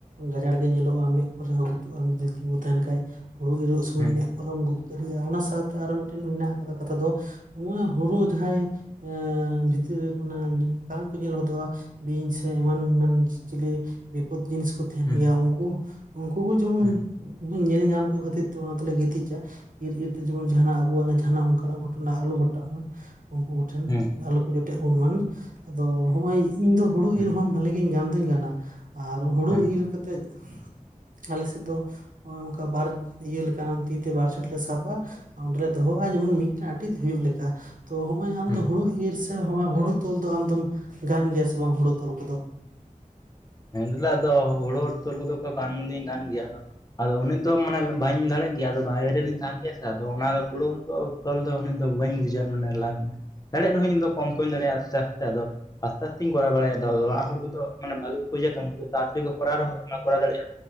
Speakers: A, on the right; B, on the left.
A: ᱜᱟᱡᱟᱲ ᱜᱮ ᱧᱮᱞᱚᱜᱼᱟ ᱢᱮᱫ ᱠᱚᱨᱮ ᱦᱚᱸ ᱜᱩᱛᱩᱜᱼᱟᱢ ᱡᱩᱫᱤ ᱛᱤᱸᱜᱩ ᱛᱟᱦᱮᱱ ᱠᱷᱟᱡ ᱦᱩᱲᱩ ᱤᱨᱚᱜ ᱥᱚᱢᱚᱭ
B: ᱦᱮᱸ
A: ᱢᱮᱫ ᱠᱚᱨᱚᱢ ᱜᱩᱫ ᱠᱟᱹᱨᱤᱭᱟ ᱚᱱᱟ ᱥᱟᱶᱛᱮ ᱟᱨᱚ ᱢᱤᱴᱮᱱ ᱢᱮᱱᱟᱜ ᱟᱠᱟᱫᱟ ᱠᱟᱛᱷᱟ ᱫᱚ ᱱᱚ ᱜᱚᱭ ᱦᱩᱨᱩ ᱡᱟᱦᱟᱸᱭ ᱮᱸ ᱵᱷᱤᱛᱨᱤ ᱨᱮ ᱚᱱᱟ ᱵᱟᱝᱠᱚ ᱧᱮᱞ ᱦᱚᱫᱚᱜ-ᱟ, ᱵᱤᱧ ᱥᱮ ᱮᱢᱚᱱ ᱮᱢᱚᱱ ᱪᱤᱞᱤ ᱵᱤᱯᱚᱫ ᱡᱤᱱᱤᱥ ᱠᱚ ᱛᱷᱮᱦᱮᱱ
B: ᱦᱮᱸ
A: ᱜᱮᱭᱟ ᱩᱱᱠᱩ ᱩᱝᱠᱩ ᱠᱚ ᱡᱮᱢᱚᱱ
B: ᱦᱮᱸ ᱦᱮᱸ
A: ᱧᱮᱞ ᱧᱟᱢ ᱠᱚ ᱠᱷᱟᱹᱛᱤᱨ ᱛᱮ ᱚᱱᱟ ᱫᱚᱞᱮ ᱜᱤᱛᱤᱡᱟ ᱤᱨ ᱤᱨ ᱛᱮ ᱡᱮᱢᱚᱱ ᱡᱟᱦᱟᱱᱟᱜ ᱟᱵᱚᱣᱟᱜ ᱡᱟᱦᱟᱱᱟᱜ ᱚᱱᱠᱟ ᱠᱟᱱᱟᱜ ᱜᱷᱚᱴᱚᱱᱟ ᱟᱞᱚ ᱜᱷᱚᱴᱟᱜ ᱢᱟ ᱩᱱᱠᱩ ᱠᱚᱴᱷᱮᱱ
B: ᱦᱮᱸ
A: ᱟᱞᱚ ᱠᱚ ᱡᱚᱴᱮᱜ ᱵᱚᱱ ᱢᱟ, ᱟᱫᱚ ᱦᱚᱸᱜ-ᱚᱭ ᱤᱧ ᱫᱚ ᱦᱩᱲᱩ
B: ᱦᱮᱸ
A: ᱤᱨ ᱦᱚᱸ ᱵᱷᱟᱹᱞᱤ ᱜᱤᱧ ᱜᱟᱱ ᱫᱩᱧ ᱜᱟᱱᱟ, ᱟᱨ ᱦᱩᱲᱩ
B: ᱦᱮᱸ
A: ᱤᱨ ᱠᱟᱛᱮᱜ ᱟᱞᱮᱥᱮᱫ ᱫᱚ ᱱᱚᱜᱚᱭ ᱚᱝᱠᱟ ᱵᱟᱨ ᱤᱭᱟᱹ ᱞᱮᱠᱟ ᱵᱟᱝ ᱛᱤ ᱛᱮ ᱵᱟᱨ ᱪᱷᱚᱴ ᱞᱮ ᱥᱟᱵᱟ ᱟᱨ ᱚᱸᱰᱮᱞᱮ ᱫᱚᱦᱚᱣᱜ-ᱟ ᱡᱮᱢᱚᱱ ᱢᱤᱫᱴᱮᱱ ᱟᱴᱮᱫ ᱦᱩᱭᱩᱜ ᱞᱮᱠᱟ, ᱛᱚ ᱦᱚᱜ-ᱚᱭ ᱟᱢᱫᱚ
B: ᱦᱮᱸ
A: ᱦᱩᱲᱩ ᱤᱨ ᱥᱮ ᱦᱚ-ᱜᱚᱭ ᱦᱳᱲᱳ ᱛᱚᱞ ᱫᱚ ᱟᱢᱫᱚᱢ ᱜᱟᱱ ᱜᱮᱭᱟ ᱥᱮ ᱵᱟᱝ ᱦᱳᱲᱩ ᱛᱚᱞ ᱠᱚᱫᱚ?
B: ᱦᱮᱸ ᱫᱚᱞᱮ ᱟᱫᱚ ᱦᱳᱲᱳ ᱛᱚᱞ ᱠᱚᱫᱚ ᱜᱟᱱ ᱫᱚᱧ ᱜᱟᱱ ᱜᱮᱭᱟ ᱟᱫᱚ ᱟᱫᱚ ᱩᱱᱤᱜ ᱫᱚ ᱢᱟᱱᱮ ᱵᱟᱹᱧ ᱫᱟᱲᱮᱜ ᱜᱮᱭᱟ ᱟᱫᱚ ᱵᱟᱦᱨᱮ ᱨᱮᱞᱤᱧ ᱛᱟᱦᱮᱱ ᱜᱮᱭᱟ ᱥᱮ ᱟᱫᱚ ᱚᱱᱟ ᱦᱳᱲᱳ ᱫᱚ ᱛᱚᱞ ᱫᱚ ᱩᱱᱟᱹᱜ ᱫᱚ ᱵᱟᱹᱧ ᱵᱩᱡᱷᱟᱹᱜ-ᱟ ᱢᱟᱱᱮ ᱫᱟᱲᱮᱜ ᱨᱮᱦᱚᱸᱧ ᱤᱧ ᱫᱚ ᱠᱚᱢ ᱠᱚᱧ ᱫᱟᱲᱮᱭᱟᱜ-ᱟ ᱟᱥᱛᱮ ᱟᱥᱛᱮ ᱟᱫᱚ ᱟᱥᱛᱮ ᱟᱥᱛᱮᱧ ᱠᱚᱨᱟᱣ ᱵᱟᱲᱟᱭᱟ ᱫᱚ ᱚᱲᱟᱜ ᱦᱚᱲ ᱠᱚᱫᱚ ᱢᱟᱱᱮ ᱵᱷᱟᱜᱮ ᱠᱚ ᱵᱩᱡᱟ ᱛᱚ ᱩᱱᱠᱩ ᱫᱚ ᱛᱟ ᱛᱟᱲᱤ ᱠᱚᱨᱟᱣ ᱨᱮᱦᱚᱸ ᱚᱱᱟ ᱠᱚᱨᱟᱣ ᱫᱟᱲᱮᱜ-ᱟ,